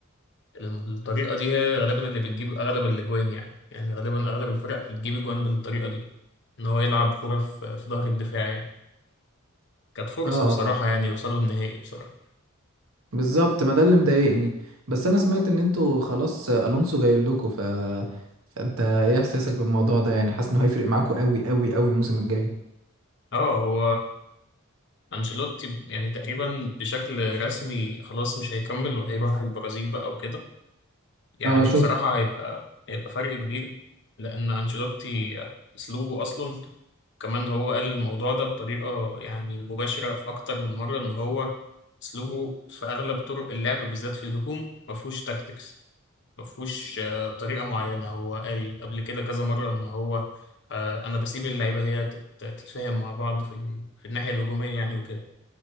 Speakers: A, on the left; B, on the right.
A: الطريقة دي هي غالبا اللي بتجيب أغلب الأجوان يعني يعني غالبا أغلب الفرق بتجيب أجوان بالطريقة دي إن هو يلعب كرة في في ظهر الدفاع يعني كانت فرصة
B: اه
A: بصراحة
B: آه.
A: يعني يوصلوا النهائي بصراحة
B: بالظبط ما ده اللي مضايقني بس انا سمعت ان انتوا خلاص الونسو جاي لكم ف فانت ايه احساسك بالموضوع ده يعني حاسس انه هيفرق معاكم قوي قوي قوي الموسم الجاي
A: اه هو أنشيلوتي يعني تقريبا بشكل رسمي خلاص مش هيكمل وهيروح البرازيل بقى وكده يعني
B: اه شفت
A: بصراحة هيبقى هيبقى فرق كبير لأن أنشيلوتي أسلوبه أصلا كمان هو قال الموضوع ده بطريقة يعني مباشرة في أكتر من مرة إن هو أسلوبه في أغلب طرق اللعب بالذات في الهجوم مفهوش تاكتكس مفهوش آه، طريقة معينة هو قال قبل كده كذا مرة إن هو آه، أنا بسيب اللعيبة هي تت- تتفاهم مع بعض في ال- في الناحية الهجومية يعني وكده